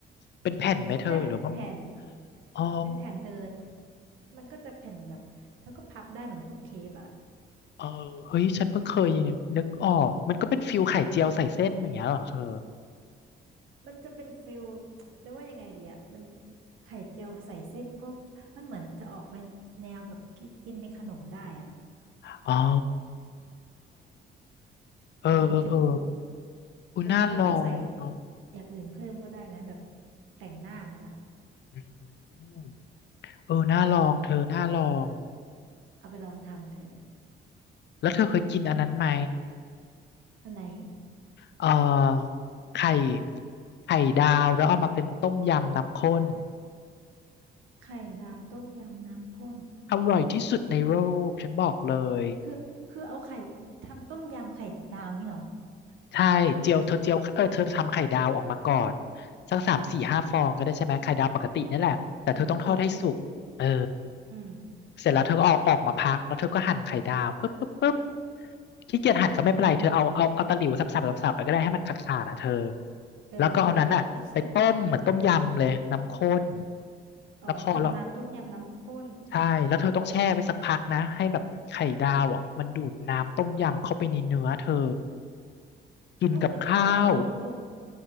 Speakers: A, on the left (about 60°); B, on the right (about 85°).
A: เป็นแผ่นไหมเธอหรือว่า
B: ใช่เป็นแผ่น
A: อ๋อ
B: เป็นแผ่นเธอมันก็จะแผ่นแบบเธอก็พับได้เหมือนพวกเค้กอ่ะ
A: เออเฮ้ยฉันเพิ่งเคยนึกออกมันก็เป็นฟิลไข่เจียวใส่เส้นอย่างเงี้ยเหรอเธอ
B: มันจะเป็นฟิลจะว่ายังไงดีอ่ะมันไข่เจียวใส่เส้นก็มันเหมือนจะออกเป็นแนวแบบกินกินเป็นขนมได้อ่ะ
A: อ๋อเออเออเออ
B: เออมันจะกรุบกรุบ
A: อุยน่าลองเนาะ
B: แต่เธอก็ใส่อย่างอื่นเพิ่มก็ได้นะแบบแต่งหน้ามันอ่ะ
A: อืมเออน่าลองเธอน่าลอง
B: เออเอาไปลองทำเธอ
A: แล้วเธอเคยกินอันนั้นไหม
B: อันไหน
A: เออไข่ไข่ดาวแล้วเอามาเป็นต้มยำน้ำข้น
B: ไข่ดาวต้มยำน้ำข้น
A: อร่อยที่สุดในโลกฉันบอกเลย
B: คือคือเอาไข่ทำต้มยำไข่ดาวงี้เหรอ
A: ใช่เจียวเธอเจียวเออเธอทำไข่ดาวออกมาก่อนสักสามสี่ห้าฟองก็ได้ใช่ไหมไข่ดาวปกตินี่แหละแต่เธอต้องทอดให้สุกเออ
B: อืมอืมอืม
A: เสร็จแล้วเธอก็เอาออกมาพักแล้วเธอก็หั่นไข่ดาวปุ๊บปุ๊บปุ๊บขี้เกียจหั่นก็ไม่เป็นไรเธอเอาเอาเอาตะหลิวสับสับสับสับไปก็ได้ให้มันขาดขาดอ่ะเธอ
B: เออ
A: แล้วก็เอานั้นน่ะไปต้มเหมือนต้มยำเลยน้ำข้น
B: แล้วเออทำน้ำต้มยำน้ำข้น
A: แล้วพอแล้ว ใช่แล้วเธอต้องแช่ไว้สักพักนะให้แบบไข่ดาวอ่ะมันดูดน้ำต้มยำเข้าไปในเนื้อเธอกินกับข้าว
B: ก็คือต้องเอาลงต้ม